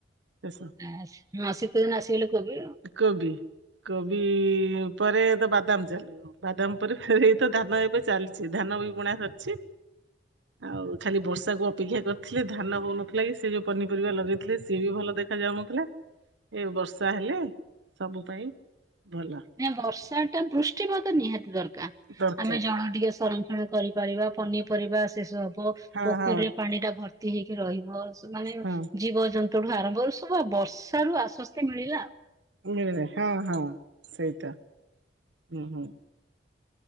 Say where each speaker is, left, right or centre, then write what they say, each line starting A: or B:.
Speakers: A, on the right; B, on the right.
A: ଶେଷ
B: ଆ, ହଁ ଶୀତ ଦିନ ଆସିଗଲେ କୋବି
A: କୋବି କୋବି ପରେ ତ ବାଦାମ ଚାଲିବ ବାଦାମ ପରେ ଫେରେ ଏଇତ ଧାନ ଏବେ ଚାଲିଛି ଧାନ ବି ବୁଣା ସରିଛି। ଆଉ ଖାଲି ବର୍ଷା କୁ ଅପେକ୍ଷା କରିଥିଲେ ଧାନ ହଉ ନଥିଲା କି ସେ ଯୋଉ ପନିପରିବା ଲଗେଇଥିଲେ ସିଏ ବି ଭଲ ଦେଖା ଯାଉନଥିଲା ଏ ବର୍ଷା ହେଲେ ସବୁ ପାଇଁ ଭଲ
B: ନା ବର୍ଷା ଟା ବୃଷ୍ଟିପାତ ନିହାତି ଦରକାର
A: ଦରକାର
B: ଆମେ ଜଳ ଟିକେ ସଂରକ୍ଷଣ କରିପାରିବା ପନିପରିବା ଶେଷ ହବ
A: ହଁ
B: ପୋଖରୀରେ
A: ହଁ
B: ପାଣି ଟା ଭର୍ତି ହେଇକି ରହିବ। ସ ମାନେ
A: ହଁ
B: ଜୀବଜନ୍ତୁଠୁ ଆରମ୍ଭରୁ ସବୁ ଆଉ ବର୍ଷା ରୁ ଆସ୍ୱସ୍ତି ମିଳିଲା ଆଉ।
A: ମିଳେ ହଁ ହଁ ସେଇଟା ହୁଁ ହୁଁ।